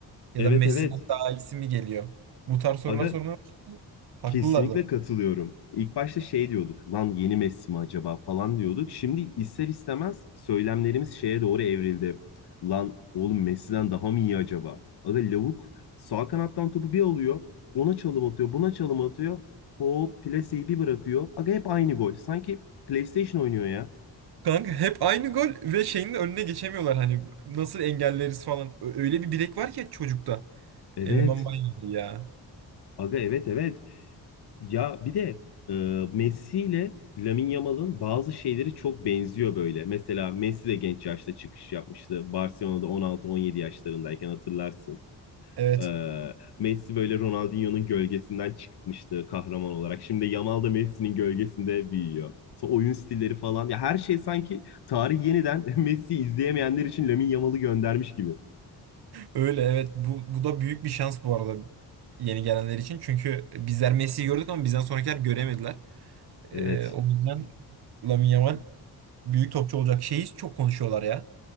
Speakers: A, on the right; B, on the left.
A: Ya
B: Evet
A: da Messi'den
B: evet.
A: daha iyisi mi geliyor? Bu tarz sorular
B: Aga
A: sormaya başladı. Haklılar
B: Kesinlikle
A: da.
B: katılıyorum. İlk başta şey diyorduk, lan yeni Messi mi acaba falan diyorduk. Şimdi ister istemez söylemlerimiz şeye doğru evrildi. Lan oğlum Messi'den daha mı iyi acaba? Aga lavuk sağ kanattan topu bir alıyor, ona çalım atıyor, buna çalım atıyor. Hop plaseyi bir bırakıyor. Aga hep aynı gol. Sanki PlayStation oynuyor ya.
A: Kanka hep aynı gol ve şeyin de önüne geçemiyorlar hani nasıl engelleriz falan. Ö- Öyle bir bilek var ki çocukta.
B: Evet.
A: Eleman bayağı iyi ya.
B: Aga evet evet. Ya bir de e, Messi ile Lamine Yamal'ın bazı şeyleri çok benziyor böyle. Mesela Messi de genç yaşta çıkış yapmıştı. Barcelona'da 16-17 yaşlarındayken hatırlarsın.
A: Evet.
B: E, Messi böyle Ronaldinho'nun gölgesinden çıkmıştı kahraman olarak. Şimdi Yamal da Messi'nin gölgesinde büyüyor. Sonra oyun stilleri falan. Ya her şey sanki tarih yeniden <laughs> Messi'yi izleyemeyenler için Lamine Yamal'ı göndermiş gibi.
A: Öyle evet bu, bu da büyük bir şans bu arada yeni gelenler için. Çünkü bizler Messi'yi gördük ama bizden sonrakiler göremediler. Ee,
B: Evet.
A: o Hmm. yüzden Lamine Yamal büyük topçu olacak. Şeyi çok konuşuyorlar ya.